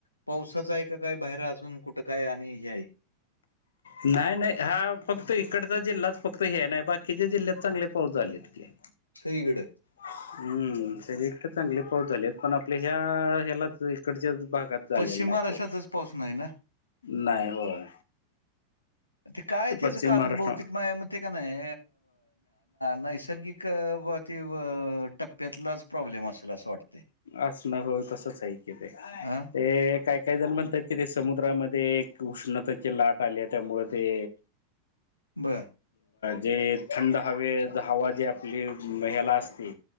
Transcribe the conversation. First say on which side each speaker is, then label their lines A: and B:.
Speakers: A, on the left; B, on the left.
A: पावसाचा आहे का काय बाहेरा. जून कुटकाय आणि ह्याय
B: नाही नाही हा फक्त इकडचा जिल्हाच फक्त हे नाही बाकीच्या जिल्ह्यात चांगले पाऊस झालेत. की
A: सगळीकड
B: हम्म सरी इतकं चांगले पाऊस झालेत पण आपल्या ह्या ह्यालाच इकडच्या भागात झालेला
A: पश्चिम
B: नाही
A: महाराष्ट्रातच
B: पाऊस.
A: पाऊसून नाही ना.
B: नाही होय.
A: ते काय त्याचं
B: पश्चिम
A: कारण
B: महाराष्ट्र
A: भौतिक मायामध्ये का नाही नैसर्गिक ते टप्प्यातलाच प्रॉब्लेम असेल असं वाटते.
B: असणं हो तसच ऐक ते
A: हां,
B: ते काय काही जण म्हणतात. इथे समुद्रामध्ये एक उष्णतेची लाट आली आहे त्यामु ते
A: बर.
B: जे थंड हवे हवा जे आपली ह्याला असते.